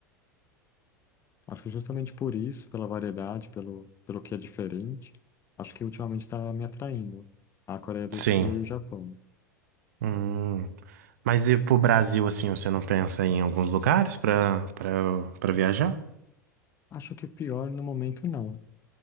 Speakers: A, on the left; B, on the right.
A: Acho que justamente por isso, pela variedade, pelo, pelo que é diferente, acho que ultimamente está me atraindo a Coreia do
B: Sim.
A: Sul e o Japão.
B: Hum. Mas e pro Brasil, assim, você não pensa em alguns lugares pra, pra, pra viajar?
A: Acho que pior no momento não.